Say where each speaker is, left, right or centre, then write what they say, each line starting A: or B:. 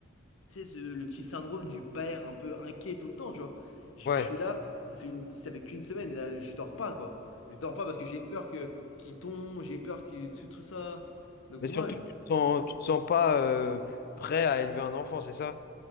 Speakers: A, on the left; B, on the left.
A: Tu sais, ce- le petit syndrome du père un peu inquiet tout le temps, tu vois. Je,
B: ouais.
A: je suis là, ça fait, une, ça fait qu'une semaine et là, je dors pas, quoi. Je dors pas parce que j'ai peur que qu'il tombe, j'ai peur que tout, tout ça. Donc
B: Mais
A: moi,
B: surtout,
A: je...
B: tu te sens, tu te sens pas euh, prêt à élever un enfant, c'est ça?